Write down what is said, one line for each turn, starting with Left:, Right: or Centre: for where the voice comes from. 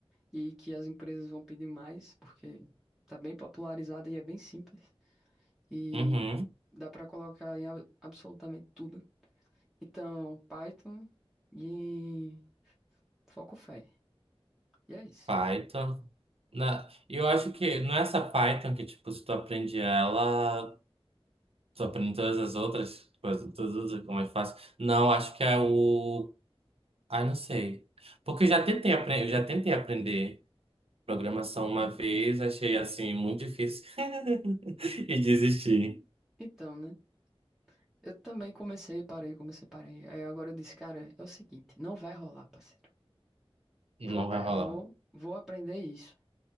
Centre: e que as empresas vão pedir mais, porque tá bem popularizada e é bem simples. E
Right: Uhum,
Centre: dá para colocar em a- absolutamente tudo. Então, Python e foco fé. E é isso.
Right: Python. Na, eu acho que não é essa Python que, tipo, se tu aprende ela, tu aprende todas as outras coisas, tudo fica mais fácil. Não, acho que é o... Ai, não sei. Porque eu já tentei, apre- eu já tentei aprender. programação uma vez, achei assim muito difícil <laughs> e desisti.
Centre: Então, né? Eu também comecei, parei, comecei, parei. Aí agora eu disse, cara, é o seguinte, não vai rolar, parceiro.
Right: Não
Centre: Vou, pe-
Right: vai rolar.
Centre: vou, vou aprender isso,